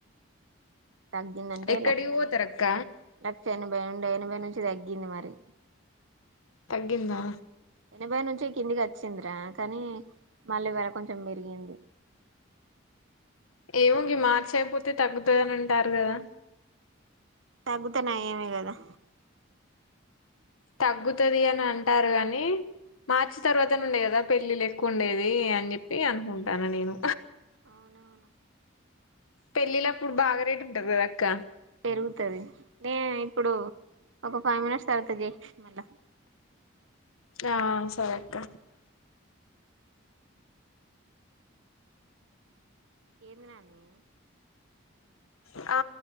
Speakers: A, on the right (about 65°); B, on the left (about 85°).
A: తగ్గిందంటే
B: ఎక్కడికి
A: లక్ష
B: పోతారక్క
A: ఎనభై లక్ష ఎనభై నుండి ఎనభై నుంచి తగ్గి గిన్న మరి
B: తగ్గిందా
A: ఎనభై నుంచి కిందికచ్చిందిరా కానీ మల్లివాళ కొంచెం పెరిగింది
B: ఏమింగ మార్చేయకపోతే తగ్గుతుందిని అంటారు కదా
A: తగ్గుతున్నా ఏమీ కదా
B: తగ్గుతుది అని అంటారు కాని మార్చి తర్వాత నుండే గదా పెళ్ళిలెక్కువ ఉండేది అని జెప్పి అనుకుంటన నేను
A: అవునవును
B: పెళ్ళిళ్ళప్పుడు బాగా రేటు ఉంటది కదక్క
A: పెరుగుతది నే ఇప్పుడు ఒక ఫైవ్ మినిట్స్ తర్వాత జయి మళ్ళ
B: ఆ సరే అక్క
A: ఏందినాను
B: ఆ